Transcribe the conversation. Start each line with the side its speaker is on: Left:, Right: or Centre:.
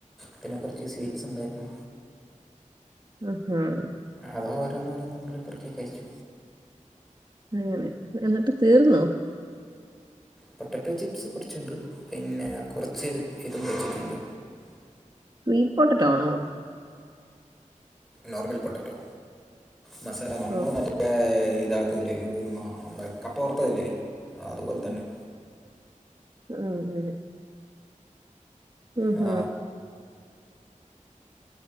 Centre: പിന്നെ കുറച്ച് സ്വീറ്റ്സ് ഉണ്ടായിരുന്നു
Right: ഉം
Centre: അതോ ഓരോ <inaudible>
Right: അങ്ങനെ എന്നിട്ട് തീർന്നോ
Centre: പൊട്ടാറ്റോ ചിപ്സ് കുറച്ചുണ്ട് പിന്നെ കുറച്ച് ഇതും വെച്ചിട്ടുണ്ട്
Right: ഇ പോട്ടറ്റാണോ
Centre: നോർമൽ പൊട്ടാറ്റോ മസാല നമ്മൾ
Right: ഓഹ്
Centre: മറ്റേ ഇതാക്കല്ലേ എന്തെന്നാ നമ്മുടെ കപ്പ വറത്തതല്ലേ അതുപോലെ തന്നെ
Right: ഉം ഉ ഉം ഹ
Centre: ആ